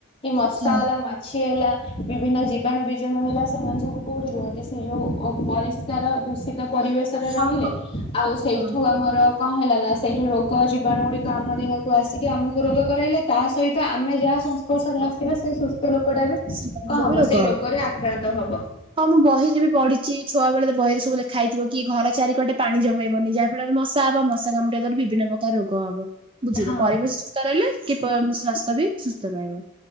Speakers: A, on the left; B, on the right.
A: ଏଇ ମସଲା
B: ହଁ
A: ମା ହେଲା ବିଭିନ୍ନ ଜୀବାଣୁ ବିଜାଣୁ ହେଲା ସେମାନେ ସବୁ କଉଠି ରୁହନ୍ତି ସେ ଯୋଉ ପରିଷ୍କାର ଦୂଷିତ। ପରିବେଶରେ
B: ହଁ
A: ରହିଲେ
B: ହଁ
A: ଆଉ ସେଇଠୁ
B: ହଁ
A: ଆମର। କଣ ହେଲା ନା ସେଇଠି ରୋଗ ଜୀବାଣୁ ଗୁଡିକ ଆମର ଏହାକୁ ଆସିକି ଆମକୁ ରୋଗ କରାଇଲେ ତା ସହିତ ଆମେ ଯାହା ସଂସ୍ପର୍ଶରେ ଆସିବାେ ସେ। ଲୋକ ଟା ବି କଣ
B: ସେମାନଙ୍କୁ
A: ହବ
B: ବି ରୋଗ
A: ସେଇ ରୋଗରେ ଆକ୍ରାନ୍ତ ହବ।
B: ହଁ ମୁଁ ବହିରେ ବି ପଢ଼ିଚି। ଛୁଆ ବେଳେ ତ ବହିରେ ସବୁ ଲେଖା ଖାଇଥିବ କି ଘର ଚାରି କଟେ ପାଣି ଜମେଇବନି। ଯାହା ଫଳରେ ମଶା ହବ ମଶା କାମୁଡ଼ାରେ ବି ବିଭିନ୍ନ ପ୍ରକାର ରୋଗ ହବ ବୁଝିଲେ
A: ହଁ
B: ।ପରିବେଶ ସୁସ୍ଥ ରହିଲେ କି ସ୍ଵାସ୍ଥ୍ୟ ବି ସୁସ୍ଥ ରହିବ।